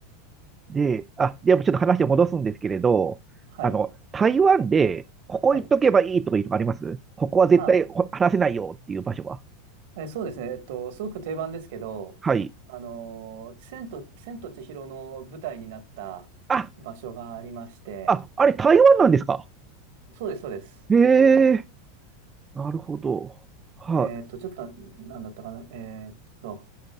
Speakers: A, on the right; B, on the right.
A: で、あ、でもちょっと話を戻すんですけれど、
B: はい。
A: あの、台湾で、ここ行っとけばいいとかいうとかありますここは絶対ほ話せないよっていう場所は。
B: はい。あえ、そうですね。えっと、すごく定番ですけど、
A: はい。
B: あのー千と、千と千尋の舞台になった場所がありまして、
A: あ、あ、あれ台湾なんですか
B: そうです、そうです。
A: へえ、なるほど。はい、
B: えっと、ちょっとな、なんだったかな。えっと、